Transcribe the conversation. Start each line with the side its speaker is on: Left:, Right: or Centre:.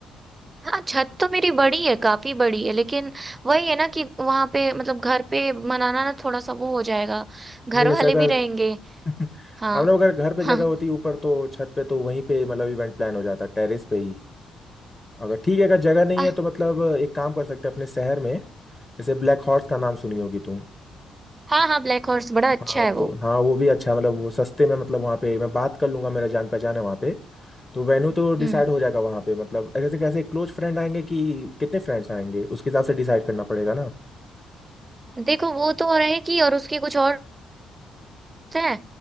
Right: हाँ छत तो मेरी बड़ी है काफी बड़ी है लेकिन वही है ना कि वहां पे मतलब घर पे मनाना ना थोड़ा सा वो हो जाएगा घर
Left: नहीं जैसे
Right: वाले
Left: अगर
Right: भी रहेंगे
Left: <laughs>
Right: हाँ
Left: हम लोग अगर घर पे
Right: <laughs>
Left: जगह
Right: हाँ
Left: होती ऊपर तो छत पे तो वहीं पे मतलब इवेंट प्लान हो जाता टेरेस पे ही अगर ठीक है अगर जगह नहीं
Right: आह,
Left: है तो मतलब एक काम कर सकते हैं अपने शहर में जैसे ब्लैक हॉर्स का नाम सुनी होगी तुम
Right: हाँ हाँ ब्लैक हॉर्स बड़ा अच्छा
Left: हाँ
Right: है वो
Left: तो हाँ वो भी अच्छा मतलब वो सस्ते में मतलब वहाँ पे मैं बात कर लूंगा मेरा जान पहचान है वहाँ पे तो वेन्यू तो डिसाइड
Right: हम्म
Left: हो जाएगा वहाँ पे मतलब जैसे कैसे क्लोज फ्रेंड आएंगे कि कितने फ्रेंड्स आएंगे उसके हिसाब से डिसाइड करना पड़ेगा ना
Right: देखो वो तो रहेगी और उसके कुछ और है